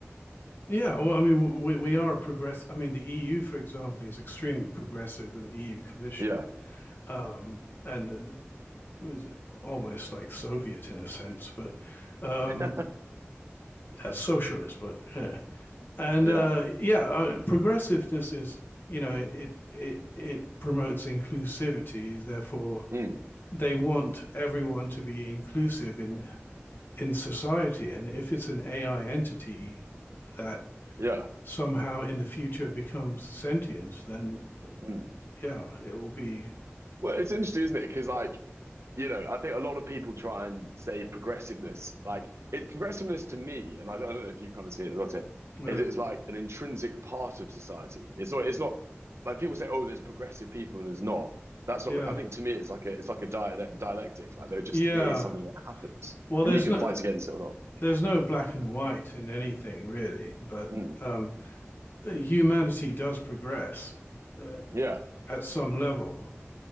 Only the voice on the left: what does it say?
Yeah, well, I mean, we, we are a progress. I mean, the EU, for example, is extremely progressive with the EU Commission
um, and it was almost like Soviet in a sense, but um,
as socialist, but yeah. And
uh, yeah, uh, progressiveness is, you know, it, it, it promotes inclusivity. Therefore,
they want everyone to be inclusive in, in society. And if it's an AI entity that
somehow in the future becomes sentient, then
yeah, it will be,
uh,
yeah,
yeah.
Well,
there's
no,
there's no black and white in anything really, but
um, humanity does progress uh,
at some level.